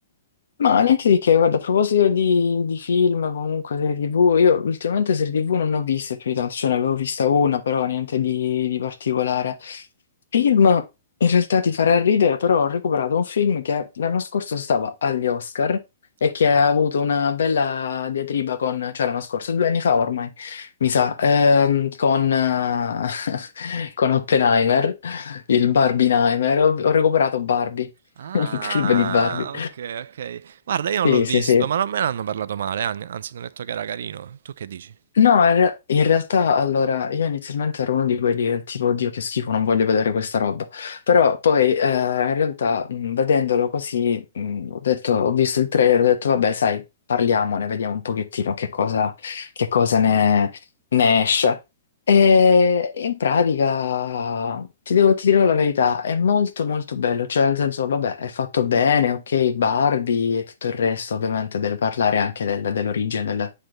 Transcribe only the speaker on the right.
Ok.
Ah,
ok, ok. Guarda, io non
l'ho visto,
ma non me ne hanno parlato male, an- anzi, mi hanno detto che era carino. Tu che dici?